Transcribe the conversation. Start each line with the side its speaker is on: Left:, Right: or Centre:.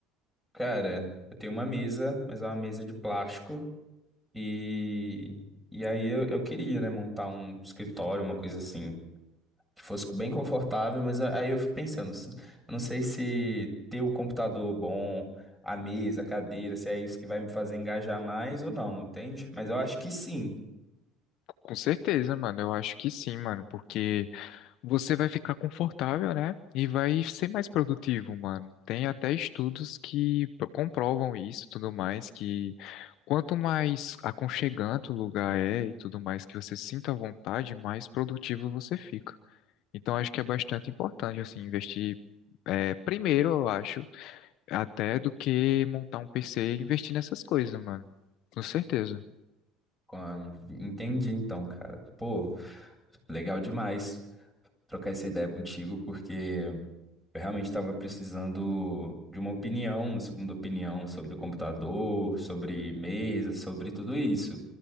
Centre: Cara, eu tenho uma mesa, mas é uma mesa de plástico e e aí eu, eu queria, né, montar um escritório, uma coisa assim. que fosse bem confortável, mas a- aí eu fico pensando, se- eu não sei se ter o computador bom, a mesa, a cadeira, se é isso que vai me fazer engajar mais ou não, entende? Mas eu acho que sim.
Left: Com certeza, mano. Eu acho que sim, mano, porque você vai ficar confortável, né? E vai ser mais produtivo, mano. Tem até estudos que p- comprovam isso, e tudo mais, que quanto mais aconchegante o lugar é e tudo mais que você sinta à vontade, mais produtivo você fica. Então acho que é bastante importante assim investir é, primeiro, eu acho, até do que montar um PC e investir nessas coisas, mano. Com certeza.
Centre: Com- Entendi então, cara. Pô, legal demais trocar essa ideia contigo, porque Eu realmente estava precisando de uma opinião, uma segunda opinião sobre o computador, sobre mesa, sobre tudo isso,